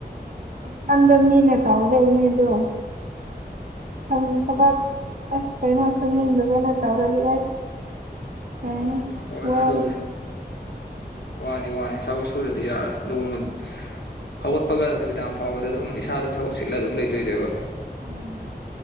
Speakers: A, on the right; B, on the left.
A: ꯆꯗ ꯃꯤꯅꯦ ꯇꯧꯗ ꯑꯗꯨꯅꯤ ꯑꯗꯨ ꯊ ꯊꯕꯛ ꯑꯁ ꯀꯩꯅꯣꯁꯨꯅꯤꯡꯗꯕꯅ ꯇꯧꯔꯗꯤ ꯑꯁ ꯍꯥꯏꯅ
B: ꯍꯣꯏ
A: ꯋꯥꯗ
B: ꯑꯗꯨꯕꯨꯗꯤ ꯋꯥꯅꯤ ꯋꯥꯅꯤ ꯁꯔ ꯁꯨꯔꯗꯤ ꯌꯥꯔꯣꯏ ꯅꯣꯡꯃ ꯍꯧꯒꯠꯄꯒ ꯅꯨꯃꯤꯗꯥꯡ ꯐꯥꯎꯕꯗ ꯑꯗꯨꯝ ꯏꯁꯥꯗ ꯊꯕꯛ ꯆꯤꯠꯂꯒ ꯑꯗꯨꯝ ꯂꯩꯗꯣꯏꯗꯣꯏꯕ
A: ꯎꯝ